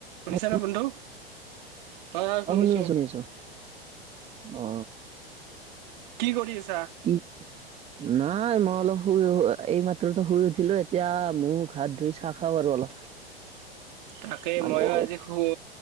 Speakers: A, on the right; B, on the right.
A: শুনিছা
B: অ',
A: নে বন্ধু? হয় শুনিছো।
B: শুনি আছো শুনি আছো অ।
A: কি কৰি আছা?
B: কি? নাই মই অলপ শুই এই মাত্ৰতে শুই উঠিলো এতিয়া মোৰ হাত ধুই চাহ খা বাৰ অলপ।
A: তাকেই
B: মানে
A: ময়ো
B: আৰু
A: আজি শুই